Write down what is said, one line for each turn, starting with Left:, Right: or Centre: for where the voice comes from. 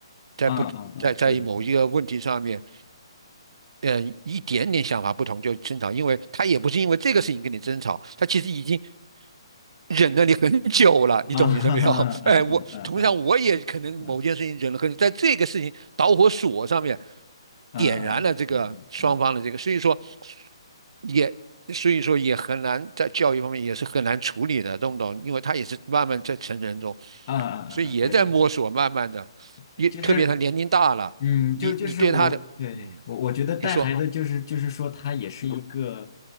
Right: 在不在在某一个问题上面，
Left: 啊啊啊，对对对
Right: 嗯，一点点想法不同就争吵，因为他也不是因为这个事情跟你争吵，他其实已经忍了你很久了，你懂我意思没有？
Left: 啊哈哈
Right: <laughs>
Left: <laughs> 啊啊啊
Right: 哎，我同样我也可能某件事情忍了很久，
Left: 啊啊
Right: 在这个事情导火索上面。
Left: 啊啊啊
Right: 点燃了这个双方的这个，
Left: 啊啊。啊
Right: 所以说也所以说也很难在教育方面也是很难处理的，懂不懂？因为他也是慢慢在成人中，
Left: 嗯嗯嗯嗯，
Right: 所以也在摸索，
Left: 对对对
Right: 慢慢的，
Left: 对，
Right: 也特别他年龄大了，
Left: 就是嗯，
Right: 你你对他的，
Left: 就就是我，对对，
Right: 嗯，
Left: 我我觉得带孩子就是就是说他也是一个，
Right: 你说